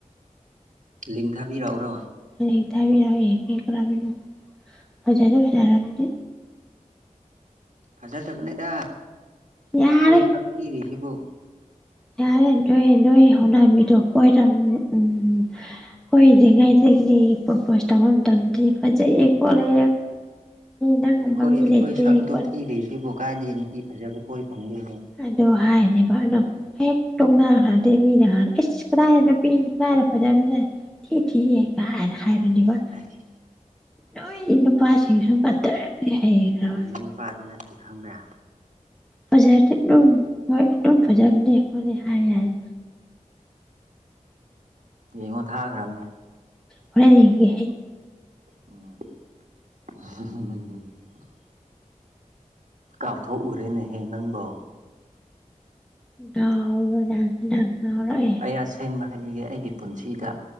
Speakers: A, on the right (about 70°); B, in the centre.
A: ꯂꯤꯡ ꯊꯥꯕꯤꯔꯛꯎꯔꯣ
B: ꯂꯤꯡ ꯊꯥꯕꯤꯔꯛꯎ ꯌꯦꯡꯒꯦ ꯀꯔꯝꯕꯅꯣ ꯐꯖꯗꯤ ꯐꯖꯔꯝꯅꯤ
A: ꯐꯖꯗꯕꯅꯦꯗ
B: ꯌꯥꯔꯦ
A: ꯑꯩꯈꯣꯏ ꯁꯛ ꯊꯤꯔꯤꯁꯤꯕꯨ
B: ꯌꯥꯔꯦ ꯅꯣꯏ ꯅꯣꯏ ꯍꯧꯅꯕꯤꯗꯣ ꯀꯣꯏꯔꯝ ꯎꯝ ꯀꯣꯏꯗ꯭ꯔꯤꯉꯩꯗꯒꯤꯗꯤ ꯄ꯭ꯔꯣꯄꯣꯁ ꯇꯧꯕ ꯃꯇꯝꯗꯤ ꯐꯖꯩꯌꯦ ꯈꯣꯠꯂꯦ <unintelligible>
A: ꯑꯩꯈꯣꯏ
B: ꯃꯤ
A: ꯑꯩꯈꯣꯏ
B: ꯂꯩꯇꯦ
A: ꯁꯛ ꯑꯗꯨꯛ
B: ꯈꯣꯠꯂꯦ
A: ꯊꯤꯔꯤꯁꯤꯕꯨ ꯀꯥꯏꯗꯒꯤ ꯅꯨꯄꯤ ꯐꯖꯕ ꯀꯣꯏ ꯐꯪꯗꯣꯏꯅꯣ
B: ꯑꯗꯣ ꯍꯥꯏꯔꯤꯅꯦꯕ ꯑꯗꯨꯝ ꯍꯦꯛ ꯇꯣꯛꯅꯈ꯭ꯔꯗꯤ ꯃꯤꯅ ꯍꯥꯟꯅ ꯏꯁ ꯀꯗꯥꯢ ꯅꯨꯄꯤ ꯅꯨꯄꯥ ꯐꯖꯕꯅꯣ ꯊꯤ ꯊꯤꯌꯦ ꯀꯥꯏꯅ ꯍꯥꯏꯔꯅꯤꯕ
A: ꯑꯁ
B: ꯅꯣꯏ ꯅꯨꯄꯥꯁꯤꯡꯁꯨ ꯀꯗ꯭ꯔ ꯑꯃꯗꯤ ꯍꯩꯒ꯭ꯔꯕ
A: ꯅꯨꯄꯥꯗꯨꯅ ꯁꯤ ꯈꯪꯕ꯭ꯔꯥ
B: ꯐꯖꯔꯗꯤ ꯑꯗꯨꯝ ꯍꯣꯏ ꯑꯗꯨꯝ ꯐꯖꯕꯅꯦ ꯈꯣꯠꯅꯦ ꯍꯥꯏꯔ ꯌꯥꯔꯦ
A: ꯌꯦꯡꯉꯣ ꯊꯥꯈ꯭ꯔꯕꯅꯦ
B: ꯍꯣꯔꯦꯟ ꯌꯦꯡꯒꯦ ꯍꯩ <inaudible>
A: ꯎꯝ <unintelligible> ꯀꯥꯎꯊꯣꯛꯎꯔꯦꯅꯦꯍꯦ ꯅꯪꯕꯣ
B: <unintelligible>
A: ꯑꯦ ꯑꯁꯦꯡꯅ ꯍꯥꯏꯕꯤꯒꯦ ꯑꯩꯒꯤ ꯄꯨꯟꯁꯤꯗ